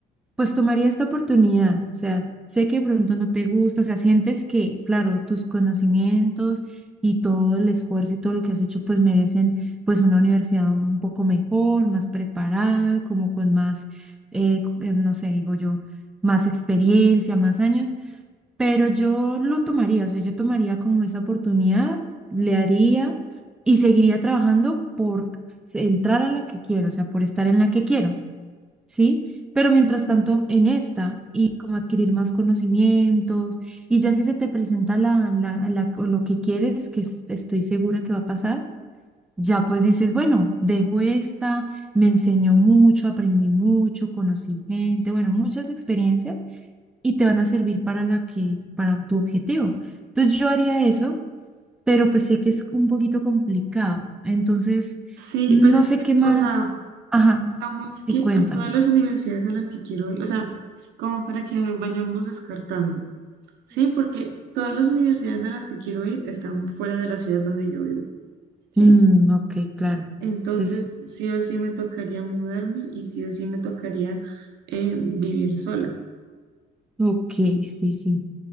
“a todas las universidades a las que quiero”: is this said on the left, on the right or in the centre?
Right